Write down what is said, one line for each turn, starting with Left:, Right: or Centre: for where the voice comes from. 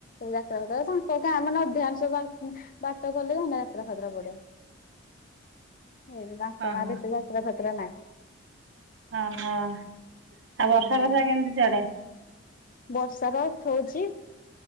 Left: ଯାତ୍ରା ସା <unintelligible> କାଁ ମାନେ ଅଧ୍ୟାଂଶ ବାଟ କଲେ। <unintelligible> ଏରା ଖେଦର୍ ପଡିଆ? ଏଇଠି ତାଙ୍କ
Right: ଓହୋ
Left: ଗାଁରେ ଏତେ ଯାତ୍ରା ଫାତରା ନାହିଁ।
Right: ହଁ ଆଉ
Left: ହୁଁ
Right: ବର୍ଷା ବର୍ଷା କେମିତି ସିଆଡେ?
Left: ବର୍ଷା ର ଅର୍ଥ ହଉଛି